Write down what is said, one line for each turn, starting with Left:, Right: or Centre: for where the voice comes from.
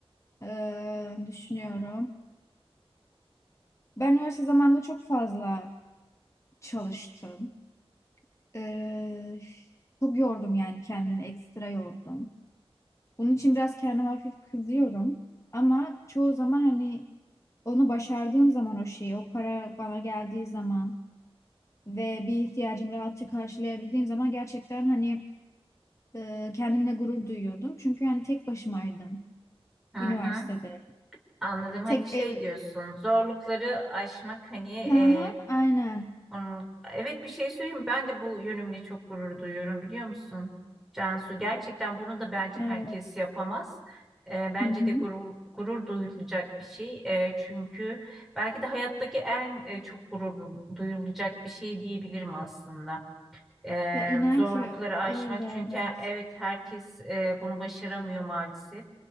Left: e, düşünüyorum. Ben üniversite zamanında çok fazla çalıştım. E, çok yordum yani kendimi. Ekstra yordum. Bunun için biraz kendime hafif kızıyorum. Ama çoğu zaman hani onu başardığım zaman o şeyi, o para bana geldiği zaman ve bir ihtiyacımı rahatça karşılayabildiğim zaman gerçekten hani e, kendimle gurur duyuyordum. Çünkü hani tek başımaydım
Centre: hı hı.
Left: üniversitede.
Centre: Anladım. Hani
Left: Tek
Centre: şey
Left: ev...
Centre: diyorsun, zorlukları aşmak hani e,
Left: Hı hı, aynen.
Centre: onun- evet bir şey söyleyeyim. mi? Ben de bu yönümle çok gurur duyuyorum biliyor musun? Cansu gerçekten bunu da bence herkes
Left: Evet.
Centre: yapamaz. E, bence
Left: Hı hı.
Centre: de gurur, gurur duyulacak bir şey. E, çünkü belki de hayattaki en e, çok gurur du- duyulacak bir şey diyebilirim aslında. E,
Left: Ya inan
Centre: zorlukları
Left: ki
Centre: aşmak
Left: öyle
Centre: çünkü
Left: evet.
Centre: evet herkes e, bunu başaramıyor maalesef.